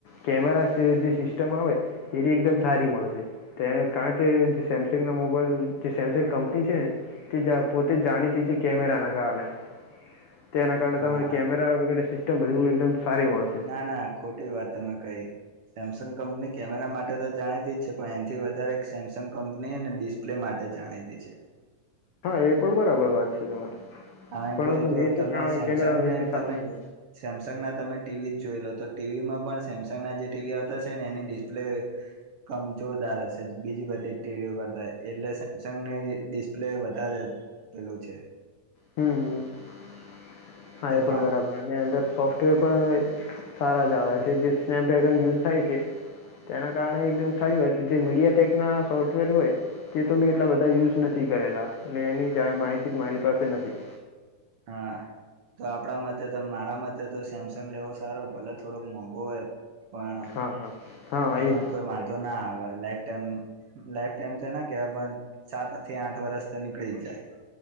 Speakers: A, on the left (about 85°); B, on the right (about 60°).
A: કેમેરા જે સિસ્ટમ આવે એ એકદમ સારી મળશે. તે કારણ કે જે સેમસંગ ના મોબાઈલ જે સેમસંગ કંપની છે ને તે જ પોતે જાણીતી જ કેમેરા ના કારણે, તેના કારણે
B: હા
A: તમારે કેમેરા વગેરે સિસ્ટમ બધી એકદમ સારી હોત.
B: ના ના ખોટી વાત તમે કહી. સેમસંગ કંપની કેમેરા માટે તો જાણીતી જ છે પણ એથી વધારે સેમસંગ કંપની અનેને ડિસ્પ્લે લે માટે જાણીતી છે.
A: હા એ પણ બરાબર વાત છે તમારી.
B: કારણ
A: પરંતુ
B: કે જો
A: મેં તો
B: તમે
A: કા
B: સેમસંગને
A: કેમેરા વિશે સાંભળ્યું
B: તમે સેમસંગના તમે ટીવી જ જોઈ લો તો ટીવીમાં પણ સેમસંગના જે ટીવી આવતા છે ને એની ડિસ્પ્લે અમ જોરદાર હશે બીજી બધી ટીવીઓ કરતા એટલે સેમસંગની ડિસ્પ્લે વધારે, આપેલું છે.
A: હમ્મ હમ્મ હા
B: તો
A: એ પણ
B: મા
A: બરાબર. અંદર સોફ્ટવેર પણ સારા જ આવે છે જે સ્નેપડ્રેગન યુઝ થાય છે. તેના કારણે એકદમ સારી વાત જે મીડિયા ટેક ના સોફ્ટવેર હોય. કે તો મેં એટલા બધા યુઝ નથી કરેલા એટલે એની માહિતી મારી પાસે નથી.
B: હા. તો આપણા મતે મારા મતે તો સેમસંગ લેવો સારો ભલે થોડોક મોંઘો હોય. પણ
A: હા હા હા
B: એમા
A: એ જ
B: કોય માક્ તો ના આવે લાઈફ ટાઈમ લાઈફ ટાઈમ તો ના કેવા પણ સાત થી આઠ વરસ તો નીકળી જ જાય.